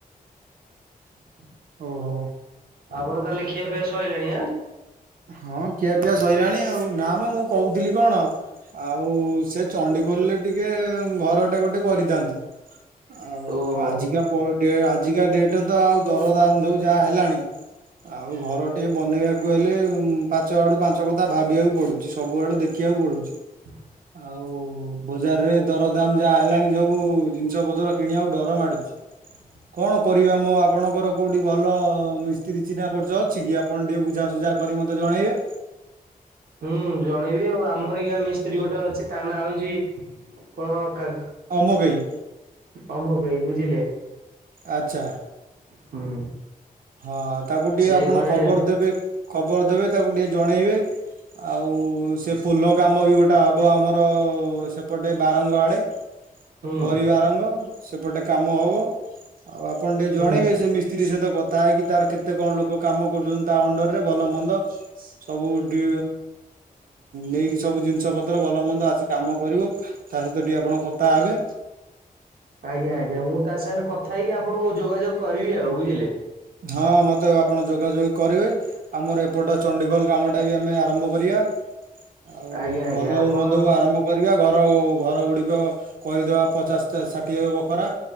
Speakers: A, on the right; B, on the right.
A: <inaudible>
B: ଓହୋ।
A: ଆପଣ ତାହେଲେ ଖିଆପିଆ ସଇଲାଣି ଆଁ।
B: ହଁ ଖିଆ ପିଆ ସଇଲାଣି ଆଉ ନାଁମ ମୁଁ କହୁଥିଲି କଣ ଆଉ ସେ ଚଣ୍ଡିଖୋଲରେ ଟିକେ ଘରଟେ ଗୋଟେ କରିଥାନ୍ତି ଆଉ
A: ଓହୋ।
B: ଆଜି ଆଜିକା ପର ଡେ ଆଜିକା ଡେଟରେ ତ ଆଉ ଦରଦାମ ଯୋଉ ଯାହା ହେଲାଣି। ଆଉ ଘର ଟିଏ ବନେଇବାକୁ ହେଲେ ପାଞ୍ଚ ଆଡୁ ପାଞ୍ଚ କଥା ଭାବିବାକୁ ପଡୁଛି ସବୁଆଡୁ ଦେଖିବାକୁ ପଡୁଛି।
A: <inaudible>
B: ଆଉ ବଜାରରେ ଦରଦାମ ଯାହା ହେଲାଣି ସବୁ ଜିନିଷ ପତ୍ର କିଣିବାକୁ ଡର ମାଡୁଛି।
A: <inaudible>
B: କଣ କରିବା ମୁଁ ଆପଣଙ୍କର କୋଉଁଠି ଭଲ ମିସ୍ତ୍ରୀ ଚିହ୍ନା ପରିଚୟ ଅଛି କି ଆପଣ ଟିକେ ବୁଝାସୁଝା କରି ମତେ ଜଣେଇବେ।
A: ହୁଁ ଜଣେଇବି ଆଉ ଆମରି ଗାଁ ମିସ୍ତ୍ରୀ ଗୋଟେ ଅଛି ତା ନାଁ ହଉଛି କଣ କା
B: ଅମକେଇ।
A: ଅମକେଇ ବୁଝିଲେ।
B: ଆଚ୍ଛା।
A: ହୁଁ।
B: ହଁ ତାକୁ ଟିକେ
A: ସେ
B: ଆପଣ
A: ଘରେ
B: ଖବର ଦେବେ। ଖବର ଦେବେ ତାକୁ ଟିକେ ଜଣେଇବେ ଆଉ ସେ ପୋଲ କାମ ବି ଗୋ ସେଟା ହବ ଆମର ସେପଟେ ବାରଙ୍ଗ ଆଡେ
A: ହୁଁ
B: ବରି ବାରଙ୍ଗ। ସେପଟେ କାମ ହବ ଆଉଁ ଆପଣ
A: ହୁଁ
B: ଟିକେ ଜଣେଇବେ ସେ ମିସ୍ତ୍ରୀ ସହିତ କଥା କଥା ହେଇକି ତାର କେତେ କଣ ଲୋକ କାମ କରୁଛନ୍ତି ତା ଅଣ୍ଡର ରେ ଭଲ ମନ୍ଦ ସବୁ ଡ଼ି ନେଇକି ସବୁ ଜିନିଷ ପତ୍ର ଭଲମନ୍ଦ ଆସି କାମ କରିବ ତା ସହିତ ଟିକେ ଆପଣ କଥା ହେବେ।
A: ଆଜ୍ଞା ଆଜ୍ଞା ମୁଁ ତା ସାଙ୍ଗରେ କଥା ହେଇକି ଆପଣଙ୍କୁ ଯୋଗାଯୋଗ କରିବି ଆଉ ବୁଝିଲେ।
B: ହଁ ମତେ ଆପଣ ଯୋଗାଯୋଗ କରିବେ। ଆମର ଏପଟ ଚଣ୍ଡିଖୋଲ କାମଟାବି ଆମେ ଆରମ୍ଭ କରିବା। ଆଉଁ
A: ଆଜ୍ଞା ଆଜ୍ଞା
B: ଭଲ ହଉ
A: ଆପଣ
B: ମନ୍ଦ ହଉ ଆରମ୍ଭ କରିବା ଘର ଘରଗୁଡିକ କରିଦବା ପଚାଶ ଷାଠିଏଁ ବଖରା